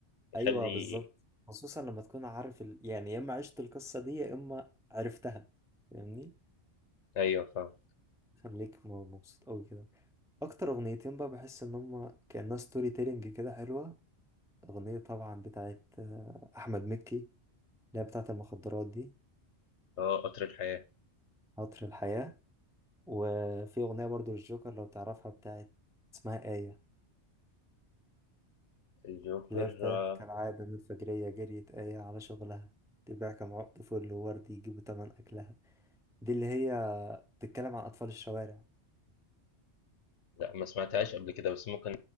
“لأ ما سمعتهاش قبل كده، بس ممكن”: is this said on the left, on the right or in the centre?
Left